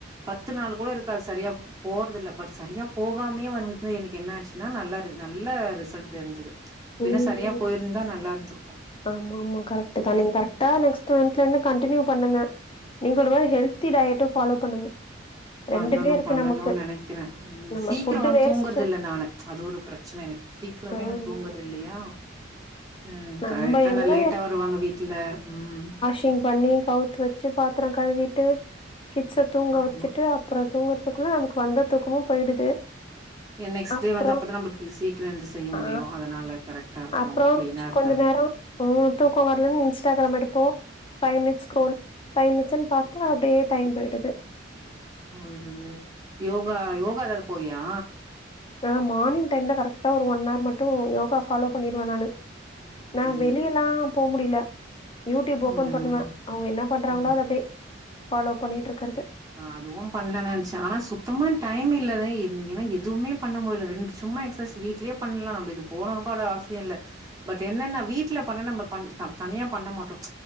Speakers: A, on the right; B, on the left.
A: பத்து நாள் கூட இருக்காத் செரியா போற்து இல்ல பட் சரியா போகாமேயே வந்துட் எனுக்கு என்ன ஆச்சினா நல்லாரு நல்ல ரிசல்ட் தெரிஞ்சது பின்ன
B: ம்
A: சரியா
B: ம்
A: போயிருந்தா நல்லா இருந்திருக்கும்.
B: ஆமா மா கரெக்ட்டு
A: ம்.
B: தா நீங்க கரெக்டா நெக்ஸ் டூ மந்த்லந்து கண்டினியூ பண்ணுங்க நீங்க சொல்ற மாரி
A: ஆமா.
B: ஹெல்தி டயட்டு ஃபாலோ பண்ணுங்க
A: பண்ணணு
B: ரெண்டுமே இருக்கு
A: பண்ணணு
B: நமக்கு
A: நெனைக்ற ம்
B: நம்ம
A: சீக்கிர
B: ஃபுட்டு
A: வந்
B: வேஸ்ட்டு
A: தூங்குறது இல்ல நானு அது ஒரு பிரச்சன எனுக் சீக்ரமே
B: ம்
A: நா தூங்குறது இல்லையா அ
B: நம்ம
A: கரெட்டா
B: எங்க
A: நா லேட்டா வருவாங்க வீட்ல ம் ம்
B: க்ளின் பண்ணி கவுத்து வெச்சு பாத்ர கழுவிட்டு கிட்ஸ தூங்க
A: ஆமா.
B: வச்சிட்டு அப் றோ தூங்குறதுக்குள்ள நமக்கு வந்த தூக்கமு போயிடுது
A: ஏ நெக்ஸ்ட்
B: அப்புறோ
A: டே வந்து அப்பதா நம்புளுக்கு சீக்ர எழுந்து செய்ய முடியு
B: ஆ
A: அதனால கரெட்டா இருக்கு
B: அப்புறோ
A: க்ளீனா இருக்
B: கொஞ்ச நேரோ உ தூக்க வர்லனு இன்ஸ்டாகிராம் எடுப்போ ஃபை மினிட்ஸ் ஸ்க்ரோல் ஃபைவ் மினிட்ஸ்ன் பாத்தா அப்டியே டைம் போய்டுது
A: போயிடுது யோகா யோகா ஏதாவது போவியா
B: ஆ மார்னிங் டைம்ல கரெக்ட்டா ஒரு ஒன் ஹார் மட்டு யோகா ஃபாலோ பண்ணிடுவே நானு
A: வீட்லயே.
B: நா வெளிய எல்லா போ முடியில யூடியூப் ஓப்பன்
A: ம்.
B: பண்ணுவே அவுங்க என்ன பண்றாங்ளோ
A: ம்.
B: அத அப்டே ஃபாலோ பண்ணிட்ருக்கற்து
A: நா அதுவு பண்ல நென்ச்ச ஆனா சுத்தமா டைமே இல்லாத இங்கனா எதுவுமே பண்ண முட்ல ரெண்டு சும்மா எக்சைஸ் வீட்லே பண்லா நம்ப இது போனுனு கூட அவசிய இல்ல பட் என்னனா வீட்ல பண்ணா நம்ப பண் த தனியா பண்ண மாட்டோ